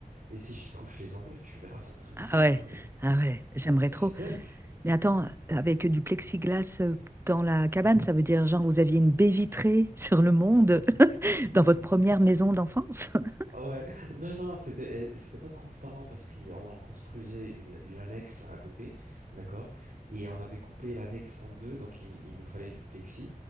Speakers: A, on the right; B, on the right.
A: Et si je les trouve, je les envoie. Tu verras, c'est un truc de
B: Ah
A: fou
B: ouais,
A: quand même.
B: ah ouais, j'aimerais
A: C'est,
B: trop.
A: c'est dingue.
B: Mais attends, avec du plexiglas euh, dans la cabane, ça veut dire genre vous aviez une baie vitrée <laughs> sur le monde <laughs> dans votre première maison d'enfance? <laughs>
A: Ouais, non, non, c'était, euh, c'était pas transparent parce qu'on construisait une, une annexe à côté, d'accord? Et on avait coupé l'annexe en deux, donc il, il nous fallait du plexi.